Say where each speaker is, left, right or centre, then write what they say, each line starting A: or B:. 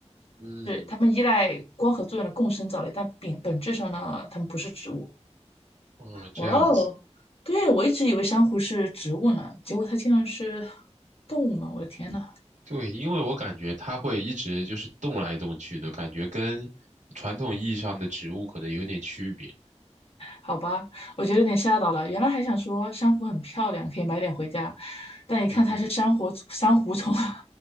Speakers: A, on the right; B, on the left.
A: 嗯，
B: 它们依赖光合作用的共生藻类，但本本质上呢，它们不是植物。
A: 啊，这样子。
B: 哇哦，对，我一直以为珊瑚是植物呢，结果它竟然是动物嘛！我的天呐，
A: 对，因为我感觉它会一直就是动来动去的，感觉跟传统意义上的植物可能有点区别。
B: 好吧，我觉得有点吓到了。原来还想说珊瑚很漂亮，可以买点回家，但一看它是珊瑚珊瑚虫啊，
A: 嗯哼，